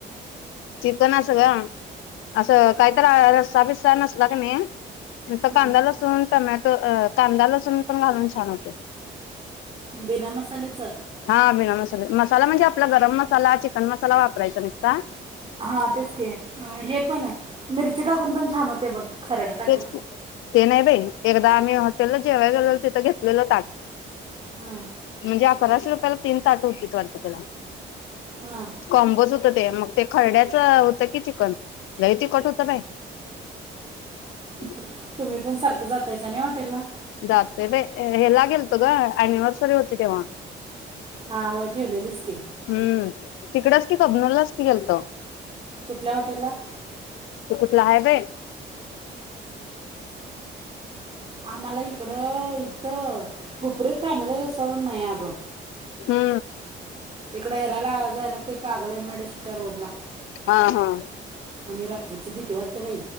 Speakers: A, on the left; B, on the right.
A: चिकनचं ग असं काहीतरी रस्सा बिस्सा नसला कनय नुसत
B: हां
A: कांदा लसून टमॅट त ए कांदा लसूण पण घालून छान होते.
B: बिना मसाल्याचं
A: हा बिना मसाले मसाला म्हणजे आपला गरम मसाला चिकन मसाला वापरायचा नुस्ता
B: हा तेच की हे पण मिरची टाकून पण छान हो ते बघ खरडा टाकून
A: तेच ते नाही बाई एकदा आम्ही हॉटेलला जेवायला गेलो तिथं घेतलेलं ताट
B: हां
A: म्हणजे अकराशे रुपयाला तीन ताट होती वाटत त्याला
B: हां
A: कॉम्बोच होत ते मग ते खरड्याच होतं की चिकन लय तिखट होतं बाई <unintelligible>
B: तु- तुम्ही पण सारखं जातायच ना हॉटेलला?
A: जातोय बाई हेला गेल तो ग एनिवर्सरी होती तेव्हा
B: हा होय ठेवलेलीच की,
A: हम्म तिकडच की कबनुर लाच की गेलताव
B: कुठल्या हॉटेलला?
A: कुठल हाय बाई
B: आम्हाला इकडं इथं हुपरीत फॅमिली रेस्टॉरंट नाही अगं
A: ह
B: इकड हरायला जायला लागते Kagal M I D C च्या रोड ला
A: हा हा
B: आणि रात्रीची भीती वाटत तव बाई